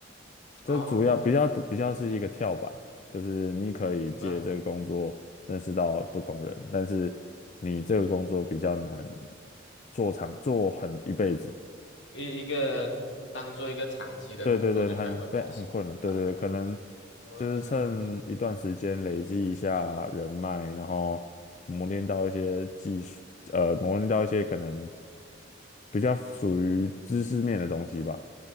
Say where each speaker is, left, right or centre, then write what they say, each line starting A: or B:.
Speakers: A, on the left (about 40°); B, on the left (about 80°).
A: 这主要比较比较是一个跳板，
B: 哦，
A: 就是你可以借这个工作认识到不同人，
B: 明白，
A: 但是你这个工作比较难做长做很一辈子。
B: 一一个当做一个长期的工作，
A: 对对对，
B: 应该会比较辛苦吧？
A: 很非很困难，对对对，可能
B: 嗯
A: 就是趁一段时间累积一下人脉，然后磨练到一些技术，呃，磨练到一些可能比较属于知识面的东西吧，